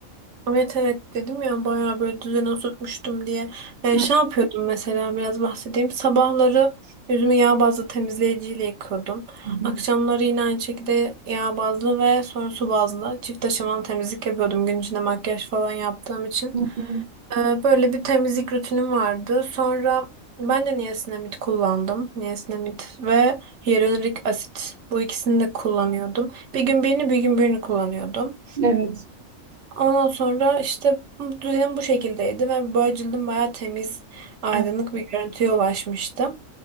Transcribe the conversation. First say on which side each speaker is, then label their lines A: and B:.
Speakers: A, on the right (about 60°); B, on the right (about 40°).
A: Evet evet dedim ya bayağı böyle düzene oturtmuştum diye. Ee,
B: Hı
A: şey yapıyordum mesela biraz bahsedeyim. Sabahları yüzümü yağ bazlı temizleyiciyle yıkıyordum.
B: hı.
A: Akşamları yine aynı şekilde yağ bazlı ve sonra su bazlı çift aşamalı temizlik yapıyordum gün içinde makyaj falan yaptığım için.
B: Hı hı.
A: Ee, böyle bir temizlik rutinim vardı. Sonra ben de niacinamid kullandım. Niacinamid ve hyaluronik asit bu ikisini de kullanıyordum. Bir gün birini bir gün birini kullanıyordum.
B: Evet.
A: Ondan sonra işte bu düzenim bu şekildeydi ve böyle cildim bayağı temiz, aydınlık
B: Hı
A: bir görüntüye ulaşmıştı.